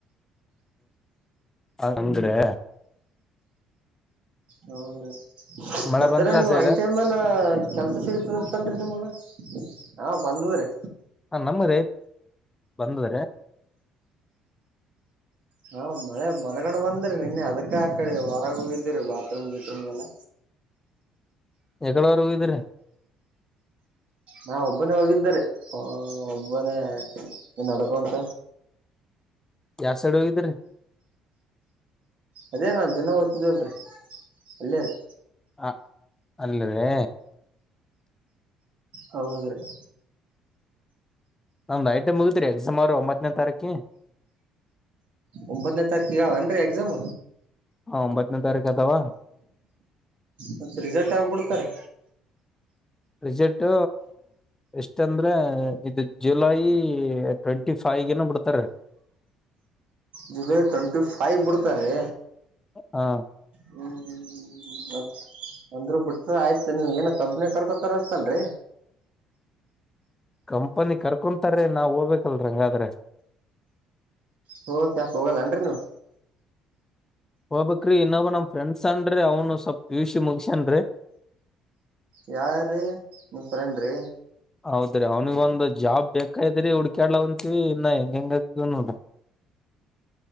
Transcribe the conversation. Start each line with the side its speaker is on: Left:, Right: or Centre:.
Left: ಹ ಅಂದರೆ.
Right: ಹೌದ್ರೀ
Left: ಮಳೆ
Right: ಮತ್ತೆಲ್ಲ
Left: ಬಂತ್ರಿ
Right: ನೀವು
Left: ಆ ಸೈಡ್
Right: ಆಯ್ತೆ. ಆಮೇಲೆ ಕೆಲ್ಸ ಸಿಗತದತ್ತಲ್ರಿ ನಿಮ್ಗ ಹಾ ಬಂದದ್ರಿ.
Left: ಹಾ ನಮ ರೇ ಬಂದ್ರದ.
Right: ಹಾ ಮಳೆ ಮನಗಂಡ ಬಂದ್ರಿ ನಿನ್ನೆ ಅದಕ್ಕ ಆ ಕಡೆ ವಾರ ಹೋಗಿದ್ದೀರೀ ಬಾತ್ರೂಮ್ ಗೀತ್ರೂಮ್ಗೆಲ್ಲ.
Left: ಎಕಡವರೆಗ ಹೂಗಿದ್ರಿ.
Right: ನಾ ಒಬ್ಬನೇ ಹೋಗಿದ್ದಿದ್ದಾರೆ ಒಬ್ಬನೇ ನಡ್ಕೊಂತ.
Left: ಯಾವ್ ಸೈಡ್ ಹೋಗಿದ್ರರಿ.
Right: ಅದೇ ನಾ ದಿನ ಓದ್ತಿದ್ದೇಲ್ರಿ ಅಲ್ಲೇ ಅಲೆರಿ.
Left: ಹ ಅಲ್ಲರೇ.
Right: ಹೌದರೀ.
Left: ನ್ ನೈಟೇ ಮುಗಿದತ್ರಿ ಎಕ್ಸುಮಾರು ಒಂಬತ್ತನೇ ತಾರೀಕಿ.
Right: ಒಂಬತ್ತನೇ ತಾರೀಕಿಗೆನ್ರೀ ಎಕ್ಸಾಮ್.
Left: ಆ ಹ್ಮ್ ಒಂಬತ್ತನೇ ತಾರೀಕು ಅದವಾ.
Right: ಮತ್ತೆ ರಿಸಲ್ಟ್ ಯಾವಾಗ್ ಬಿಟಾತಾರಿ.
Left: ರಿಸಲ್ಟ್.... ಎಷ್ಟ ಅಂದ್ರೆ ಇದು ಜುಲೈ ಟ್ವೆಂಟಿ ಫೈವ್ಗೆ ಬಿಡ್ತಾರೆ.
Right: ಜುಲೈ ಟ್ವೆಂಟಿ ಫೈವ್ಗೆ ಬಿಡ್ತಾರೆ.
Left: ಹಾ.
Right: ಹ್ಮ ಅಂದ್ರ ಬಿಟ್ರ ಆಯ್ತು ನೀವ ಏನ ಕಂಪ್ನಿ ಕರ್ಕೊತಾರತಲ್ರರಿ.
Left: ಕಂಪನಿ ಕರ್ಕೊಂತಾರ ನಾವ್ ಹೋಗ್ಬೇಕಲ್ ಹಂಗಾದ್ರೆ.
Right: ಹೋ ಯಾಕ ಹೋಗಲ್ಲ ಅನ್ರಿ ನೀವು.
Left: ಹೋಗಬಕ್ರೀ ಇನ್ನೊಬ ನಮ್ ಫ್ರೆಂಡ್ಸ್ನ್ರಿ ಅವನು ಸ್ವಲ್ ಪಿ ಯು ಸಿ ಮುಗಸಿ ನ್ರಿ.
Right: ಯಾರೀ ನಿಮ ಫ್ರೆಂಡ್ರೀ
Left: ಹೌದ್ರಿ ಅವನಿಗ್ ಒಂದ್ ಜಾಬ್ ಬೇಕೈತ್ರಿ ಹುಡ್ಕ್ಯಾಡ್ಲ ಅಂತೀವಿ ಇನ್ನಾ ಹೆಂಗ ಹೆಂಗ ಆತಿವ ನೋಡ್ರಿ.